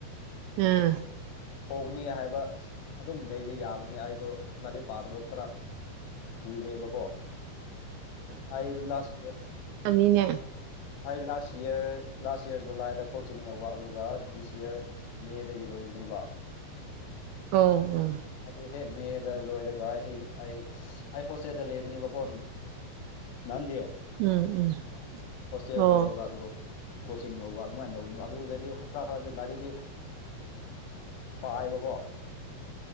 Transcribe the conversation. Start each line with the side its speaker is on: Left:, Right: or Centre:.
Right: ꯎꯝ
Left: ꯍꯣꯒꯅꯤ ꯍꯥꯏꯕ ꯑꯗꯨꯝ ꯂꯩꯕ ꯌꯥꯕꯅꯤ ꯑꯩꯗꯣ ꯂꯥꯏꯔꯤꯛ ꯄꯥꯗꯕ ꯈꯔ ꯀꯨꯏꯔꯦꯕꯀꯣ ꯑꯩ ꯂꯥꯁ‌ꯏꯋꯔ
Right: ꯑꯃꯤꯅꯦ
Left: ꯑꯩ ꯂꯥꯁ ꯌꯔ ꯂꯥꯁ ꯌꯔ ꯖꯨꯂꯥꯏꯗ ꯀꯣꯆꯤꯡ ꯌꯧꯕ ꯑꯗꯨꯒ ꯗꯤꯁ ꯌꯔ ꯃꯦꯗꯒꯤ ꯂꯣꯏꯕꯅꯦꯕ
Right: ꯑꯣ ꯑꯣ
Left: ꯑꯗꯨ ꯍꯦꯛ ꯃꯦꯗ ꯂꯣꯏꯔꯒ ꯑꯩ ꯑꯩ ꯑꯩ ꯍꯣꯁꯇꯦꯜꯗ ꯂꯩꯕꯅꯦꯕꯀꯣ ꯅꯗꯤ
Right: ꯎꯝ ꯎꯝ
Left: ꯍꫭꯁꯇ‌ꯦꯜ
Right: ꯑꯣ
Left: ꯂꯩꯕ ꯑꯗꯨꯒ ꯀꯣꯆꯤꯡ ꯂꯧꯕ ꯑꯗꯨꯃꯥꯏꯅ ꯂꯧꯕꯒꯅꯦꯕ ꯑꯗꯨꯗꯗꯤ ꯈꯔ ꯈꯔꯗꯤ ꯂꯥꯏꯔꯤꯛꯗꯤ ꯊꯥꯏꯕꯀꯣ